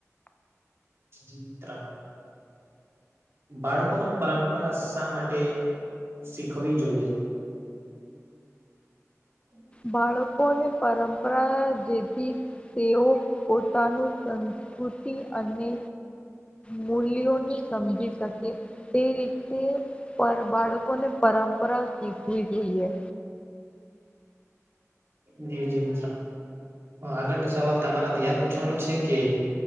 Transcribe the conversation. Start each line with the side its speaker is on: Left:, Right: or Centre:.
Right: જી મિત્રા. બાળકો નું પરંપરા શા માટે શીખવી જોઈએ? હમ
Left: બાળકોને પરંપરા જેથી તેઓ પોતાનું સંસ્કૃતિ અને મૂલ્યોની સમજી શકે તે રીતે પર બાળકોને પરંપરા શીખવી જોઈએ
Right: જી જી મ હ આગળની સવાલ તમારે ત્યાં પૂછવાનું છે કે